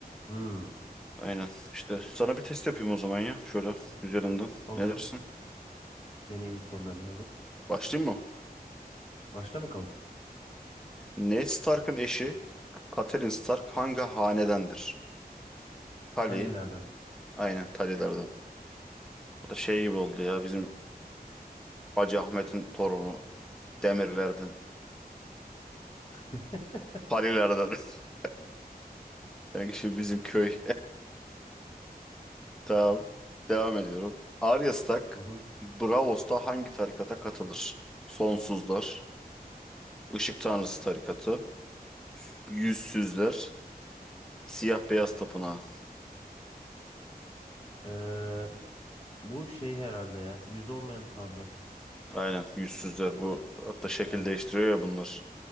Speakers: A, on the left; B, in the centre.
A: Hmm,
B: Aynen. İşte sana bir test yapayım o zaman ya. Şöyle üzerinden.
A: Olur.
B: Ne dersin?
A: Deneyelim sorularını olur.
B: Başlayayım mı?
A: Başla bakalım.
B: Ned Stark'ın eşi Catelyn Stark hangi hanedendir? Tully.
A: Talilerden.
B: Aynen Tully'lerden. Bu da şey gibi oldu ya bizim Hacı Ahmet'in torunu Demirlerden.
A: <laughs>
B: Tully'lerden. <laughs> Sanki şimdi bizim köy. <laughs> Tamam. Devam ediyorum. Arya Stark
A: Hı hı.
B: Braavos'ta hangi tarikata katılır? Sonsuzlar, Işık Tanrısı tarikatı, Yüzsüzler, Siyah Beyaz Tapınağı.
A: Ee, bu şey herhalde ya. Yüz olmayan tanrı.
B: Aynen Yüzsüzler. Bu hatta şekil
A: Evet.
B: değiştiriyor ya bunlar.